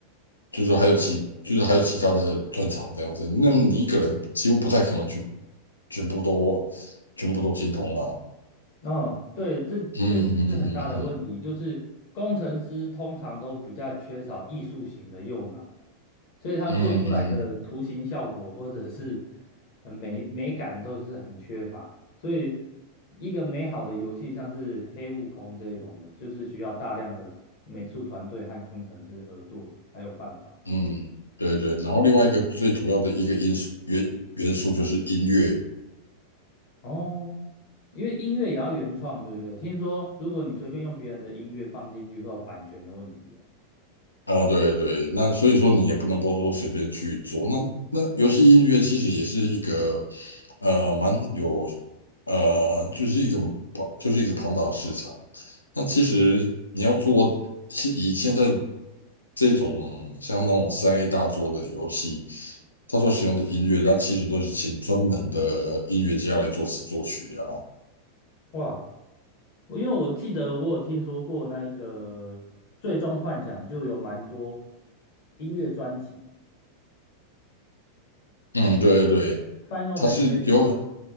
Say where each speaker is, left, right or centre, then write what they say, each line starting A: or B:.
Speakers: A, on the left (about 75°); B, on the left (about 50°).
A: 就是还有其就是还有其他的专长这样子。那么你一个人几乎不太可能去全部都全部都精通啊。
B: 哦，对，这确实是很大的问题。
A: 嗯嗯嗯
B: 就是工程师通常都比较缺少艺术型的右脑，所以他做出来的图形效果或者是
A: 嗯嗯嗯
B: 呃美美感都是很缺乏。所以一个美好的游戏，像是《黑悟空》这种的，就是需要大量的美术团队和工程师合作才有办法。
A: 嗯，对对。然后另外一个最主要的一个因素元元素就是音乐，
B: 哦，因为音乐也要原创，对不对？听说如果你随便用别人的音乐放进去，会有版权的问题啊。
A: 哦，对对，那所以说你也不能够说随便去做。那那游戏音乐其实也是一个呃蛮有呃就是一个庞就是一个庞大的市场。那其实你要做，是以现在这种像那种三 A 大作的游戏，它所使用的音乐，它其实都是请专门的音乐家来作词作曲啊。
B: 哇，我因为我记得我有听说过那一个《最终幻想》，就有蛮多音乐专辑
A: 嗯，对对对，
B: 《Final
A: 它是有。
B: Fantasy》。